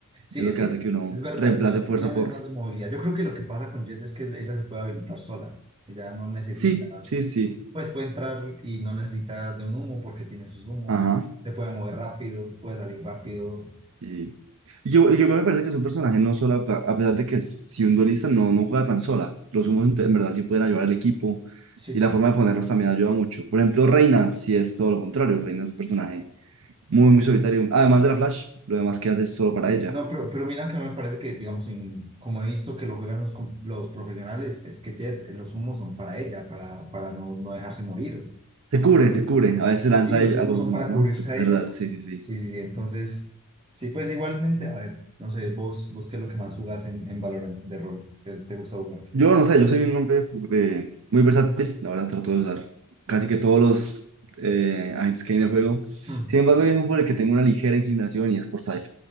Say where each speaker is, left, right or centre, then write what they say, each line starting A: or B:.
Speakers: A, on the right (about 25°); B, on the right (about 60°).
A: sí,
B: es
A: es
B: lo que
A: que
B: hace que uno
A: es verdad,
B: reemplace
A: Neo,
B: fuerza
A: Neo
B: por...
A: es más de movilidad. Yo creo que lo que pasa con Jet es que ella se puede habilitar sola. Ella no necesita,
B: Sí, sí, sí.
A: pues puede entrar y no necesita de un humo porque tiene sus humos.
B: Ajá.
A: Se puede mover rápido, puede salir rápido.
B: Y y yo, y yo igual me parece que es un personaje no sola, a a pesar de que es- si un duelista no, no juega tan sola, los humos en en verdad sí pueden ayudar al equipo
A: Sí,
B: y
A: sí.
B: la forma de ponerlos también ayuda mucho. Por ejemplo, Reina, si es todo lo contrario, Reina es un personaje Muy, muy solitario. Además de la Flash, lo demás que hace es solo
A: Sí,
B: para ella.
A: no, pero, pero mira que me parece que, digamos, en- como he visto que lo juegan los, com- los profesionales, es que Jet, eh, los humos son para ella, para, para no, no dejarse morir.
B: Se cubre, se cubre. A veces lanza
A: Y los
B: ella
A: humos
B: a los
A: son
B: humos,
A: para
B: ¿no?
A: cubrirse
B: Es verdad,
A: a ella, porque
B: sí, sí, sí.
A: sí, sí, sí, entonces, sí, pues igualmente, a ver, no sé, vos, vos qué es lo que más jugás en, en Valorant de rol, que te gusta jugar.
B: Yo no sé, yo soy un hombre eh, muy versátil. La verdad, trato de usar casi que todos los eh, agentes que hay en el juego. Sin
A: Mm,
B: embargo, hay uno por el que tengo una ligera inclinación y es por Cypher.